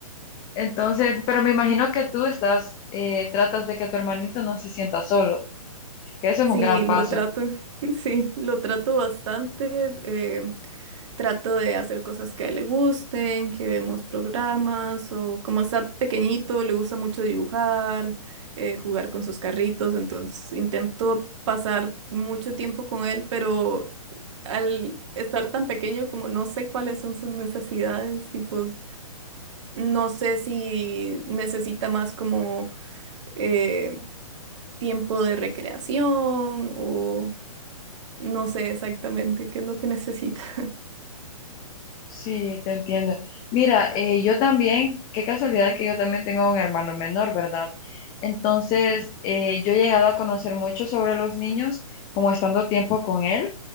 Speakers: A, on the left; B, on the right.
A: Entonces, pero me imagino que tú estás, eh, tratas de que tu hermanito no se sienta solo, que eso es
B: Sí,
A: un gran
B: lo
A: paso.
B: trato, <laughs> sí, lo trato bastante. eh, trato de hacer cosas que a él le gusten, que vemos programas, o como está pequeñito, le gusta mucho dibujar, eh, jugar con sus carritos, entonces intento pasar mucho tiempo con él, pero al estar tan pequeño, como no sé cuáles son sus necesidades, tipo, no sé si necesita más como eh, tiempo de recreación o... No sé exactamente qué es lo que necesita. <laughs>
A: Sí, te entiendo. Mira, eh, yo también, qué casualidad que yo también tengo un hermano menor, ¿verdad? Entonces, eh, yo he llegado a conocer mucho sobre los niños, como estando tiempo con él,